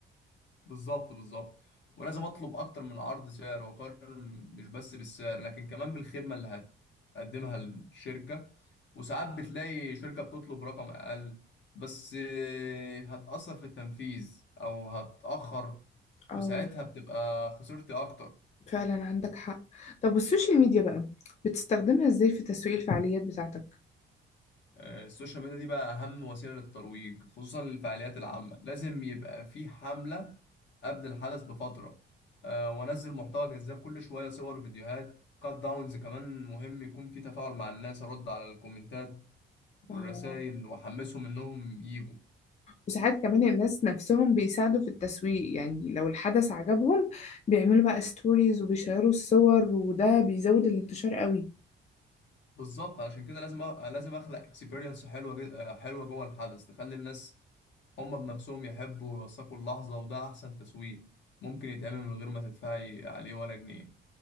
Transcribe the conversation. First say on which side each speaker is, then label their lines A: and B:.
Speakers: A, on the left (about 65°); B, on the left (about 35°).
A: بالظبط بالظبط ولازم اطلب اكتر من عرض سعر واقارن مش بس بالسعر لكن كمان بالخدمه اللي هتقدمها الشركه وساعات بتلاقي شركه بتطلب رقم اقل بس آه، هتاثر في التنفيذ او هتاخر
B: اه
A: وساعتها بتبقى خسرتي اكتر
B: فعلا عندك حق طب والسوشيال ميديا بقى بتستخدمها ازاي في تسويق الفعاليات بتاعتك؟
A: آه، السوشيال ميديا دي بقى أهم وسيلة للترويج خصوصا للفعاليات العامة لازم يبقى في حملة قبل الحدث بفترة آه، وأنزل محتوى جذاب كل شوية صور وفيديوهات كات داونز كمان مهم يكون في تفاعل مع الناس أرد على الكومنتات
B: اه
A: والرسائل وأحمسهم إنهم يجوا
B: وساعات كمان الناس نفسهم بيساعدوا في التسويق يعني لو الحدث عجبهم بيعملوا بقى ستوريز وبيشيروا الصور وده بيزود الانتشار قوي
A: بالظبط علشان كده لازم أ- لازم أخلق اكسبيرينس حلوة ج- آه، حلوة جوه الحدث تخلي الناس هما بنفسهم يحبوا ويوثقوا اللحظة وده أحسن تسويق ممكن يتعمل من غير ما تدفعي عليه ولا جنيه